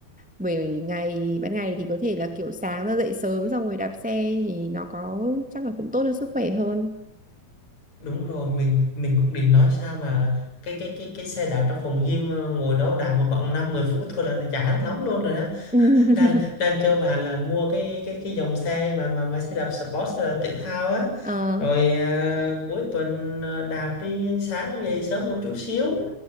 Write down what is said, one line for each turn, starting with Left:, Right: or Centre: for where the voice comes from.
Centre: buổi ngày ban ngày thì có thể là kiểu sáng ra dậy sớm xong rồi đạp xe thì nó có chắc là cũng tốt cho sức khỏe hơn
Left: đúng rồi, mình mình cũng định nói sao mà cái cái cái cái xe đạp trong phòng gym à, ngồi đó đạp mà khoảng 5 10 phút thôi là chán lắm luôn rồi
Centre: <laughs>
Left: đang đang kêu bà là mua cái cái cái dòng xe mà mà mà xe đạp sport xe đạp thể thao á
Centre: ờ
Left: rồi à, cuối tuần à, đạp đi sáng dậy sớm một chút xíu